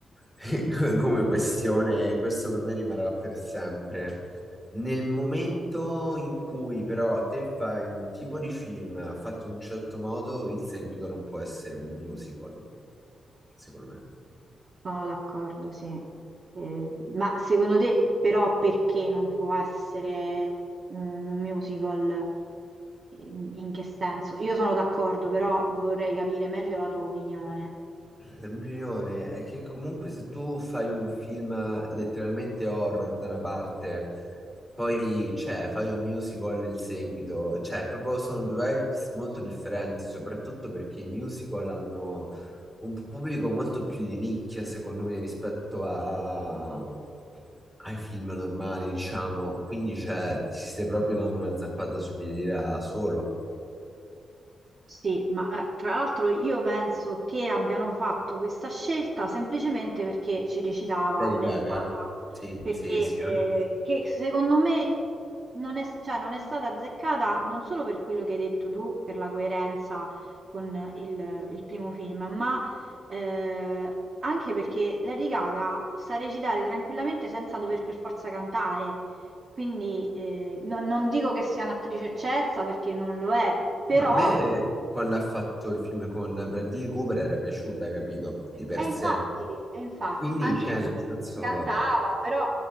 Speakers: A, in the centre; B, on the right.
A: <laughs> come questione, questo per me rimarrà per sempre. Nel momento in cui però te fai un tipo di film fatto in un certo modo, il seguito non può essere un musical, secondo me.
B: Sono d'accordo, sì. Eh, ma secondo te però perché non può essere un musical? In in che senso? Io sono d'accordo, però vorrei capire meglio la tua opinione.
A: La mia opinione è che comunque se tu fai un film letteralmente horror da una parte, poi cioè, fai un musical il seguito, cioè proprio sono due vibes molto differenti, soprattutto perché i musical hanno un pubblico molto più di nicchia, secondo me, rispetto a- ai film normali, diciamo, quindi cioè, ti stai proprio dando una zappata sui piedi da solo.
B: Sì, ma eh, tra l'altro io penso che abbiano fatto questa scelta semplicemente perché ci recitava
A: Lady
B: Lady
A: Gaga?
B: Gaga,
A: Sì,
B: perché
A: sì, sì.
B: eh,
A: no?
B: che secondo me non è, cioè, non è stata azzeccata non solo per quello che hai detto tu, per la coerenza con il, il primo film, ma eh, anche perché Lady Gaga sa recitare tranquillamente senza dover per forza cantare. Quindi eh, non non dico che sia un'attrice eccelsa perché non lo è, però
A: No, A me quando ha fatto il film con Bradley Cooper era piaciuta, capito? Di per
B: e infatti,
A: sé.
B: e infatti,
A: Quindi,
B: anche
A: cioè, nel
B: se
A: senso,
B: cantava, però